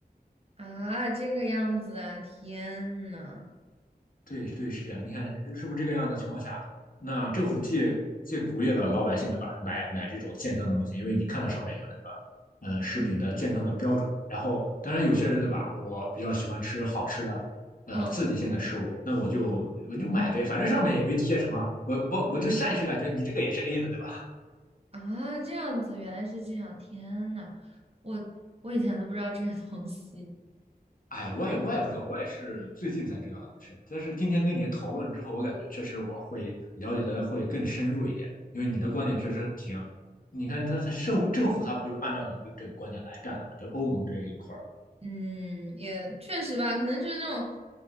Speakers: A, on the right; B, on the left.
A: 啊？这个样子啊，天呐，
B: 对对，是这样。你看，呃是不是这个样子的情况下，那政府借借鼓励了老百姓，对吧？买买这种健康的东西，因为你看到上面有那个呃食品的健康的标准。
A: 嗯，
B: 然后，当然有些人，对吧？我比较喜欢吃好吃的，呃，
A: 哦
B: 刺激性的食物，那我就我就买呗，反正上面也没贴什么，我我我就下意识感觉你这个也是 A 的，对吧？
A: 啊，这样子，原来是这样，天呐，我我以前都不知道这些东西。
B: 哎，我也我也不知道，我也是最近才知道的，是。但是今天跟你讨论之后，我感觉确实我会了解的会更深入一点，因为你的观点确实挺，你看他他政政府他不就是按照你的这个观点来干的嘛？就欧盟这一块儿，
A: 嗯，也确实吧，可能就是那种，